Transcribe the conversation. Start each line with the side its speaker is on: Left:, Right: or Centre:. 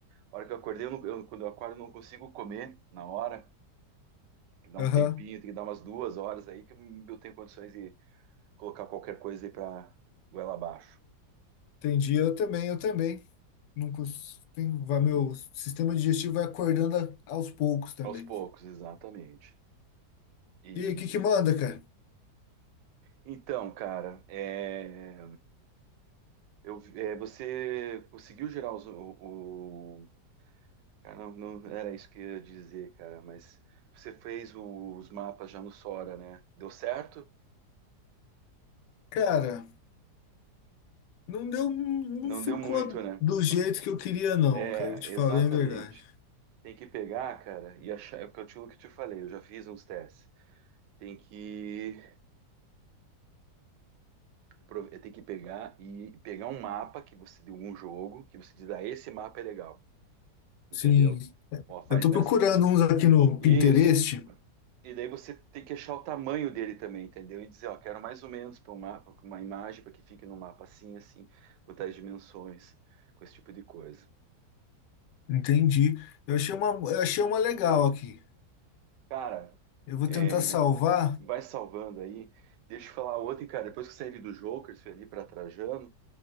Right: a hora que eu acordei, eu não- eu- quando eu acordo, eu não consigo comer na hora. Tem que dar
Left: Aham,
Right: um tempinho, tem que dar umas duas horas aí que eu tenho condições de colocar qualquer coisa aí para goela abaixo.
Left: Entendi, eu também, eu também. Não cons- tem, vai, meu sistema digestivo vai acordando a- aos poucos também.
Right: Aos poucos, exatamente. E
Left: E aí, o que que manda, cara?
Right: então, cara, é. Eu, é, você conseguiu gerar os- o, o- Cara, não, não era isso que eu ia dizer, cara, mas você fez o- os mapas já no Sora, né? Deu certo?
Left: Cara, não deu, não
Right: Não
Left: ficou
Right: deu muito, né?
Left: do jeito
Right: Não-
Left: que eu queria não,
Right: É,
Left: cara, eu te falei
Right: exatamente.
Left: a verdade.
Right: Tem que pegar, cara, e achar. É o que eu te, o que eu te falei, eu já fiz uns testes. Tem que, pro- é, tem que pegar e pegar um mapa que você deu um jogo, que você diz, ah, esse mapa é legal, entendeu?
Left: Sim,
Right: Ó, faz
Left: eu tô
Right: nessa.
Left: procurando uns aqui no
Right: Isso,
Left: Pinterest,
Right: E daí você tem que achar o tamanho dele também, entendeu? E dizer, ó, quero mais ou menos para um mapa, pra uma imagem para que fique num mapa assim, assim, com tais dimensões, com esse tipo de coisa.
Left: entendi. Eu achei uma, eu achei uma legal aqui.
Right: Cara,
Left: Eu vou tentar
Right: é,
Left: salvar.
Right: vai salvando aí. Deixa eu falar outra, e, cara, depois que eu saí ali do Jokers, fui ali para Trajano.